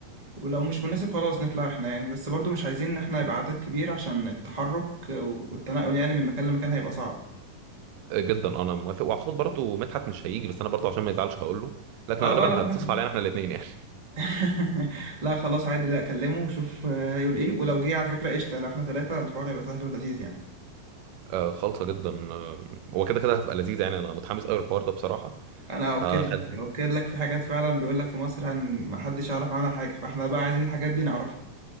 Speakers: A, on the right; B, on the right.
A: ولو مش مناسب خلاص نطلع احنا يعني بس برضه مش عايزين ان احنا يبقى عدد كبير عشان التحرك والتنقل يعني من مكان لمكان هيبقى صعب
B: جدا انا موافق واعتقد برضو مدحت مش هيجي بس انا برضو عشان ما يزعلش هقول له لكن
A: اه
B: غالبا
A: اه لا
B: هتصف
A: فاهم
B: علينا احنا الاثنين يعني
A: <laughs> لا خلاص عادي لا اكلمه وشوف آه، هيقول ايه ولو جه على فكره قشطه لو احنا ثلاثه الحوار هيبقى سهل ولذيذ يعني
B: <laughs> آه خالصه جدا آه هو كده كده هتبقى لذيذه يعني انا متحمس قوي للحوار ده بصراحه
A: انا
B: فخل
A: اؤكد لك اؤكد لك في حاجات فعلا بيقول لك في مصر عن ما حدش يعرف عنها حاجه فاحنا بقى عايزين الحاجات دي نعرفها